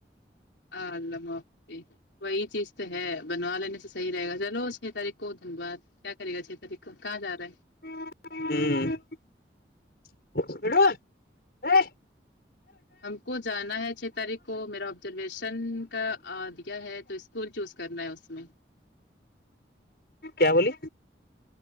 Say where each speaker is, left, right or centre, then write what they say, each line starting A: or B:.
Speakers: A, on the left; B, on the left.
A: آں اللہ حافظ وہی چیز تو ہے بنوا لینے سے صحیح رہے گا چلو چھ تاریخ کو دھن واد کیا کرے گا چھ تاریخ کو کہاں جا رہا ہے
B: <unintelligible>
A: ہم کو جانا ہے چھ تاریخ کو میرا آبزرویشن کا دیا ہے تو اسکول چوز کرنا ہے اس میں
B: کیا بولی